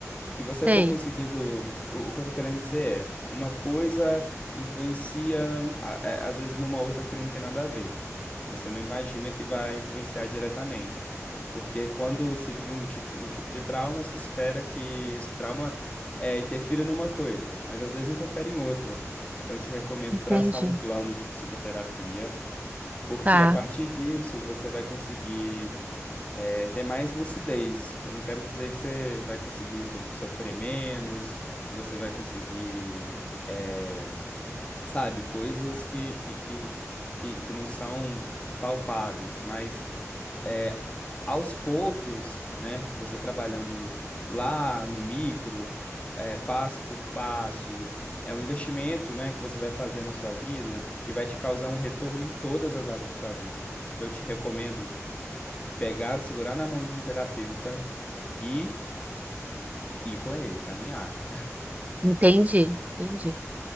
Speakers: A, on the left (about 25°); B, on the right (about 30°).
A: que você
B: Sei.
A: for conseguindo. O, o que eu tô querendo dizer é, uma coisa influencia, a- a- às vezes, numa outra que não tem nada a ver. Você não imagina que vai influenciar diretamente. Porque quando se vive um tipo, um tipo de trauma, se espera que esse trauma eh, interfira numa coisa, mas às vezes interfere em outra. Então, eu te recomendo
B: entendi.
A: traçar um plano de psicoterapia, porque
B: Tá,
A: a partir disso você vai conseguir é, ter mais lucidez. Eu não quero dizer que você vai conseguir sof- sofrer menos, que você vai conseguir, é, sabe, coisas que, que, que, que, que não são palpáveis, mas é, aos poucos, né, você trabalhando lá no micro, é, passo por passo, é um investimento, né, que você vai fazer na sua vida que vai te causar um retorno em todas as áreas da sua vida. Então, eu te recomendo pegar, segurar na mão de um terapeuta e ir com ele, caminhar.
B: Entendi, entendi.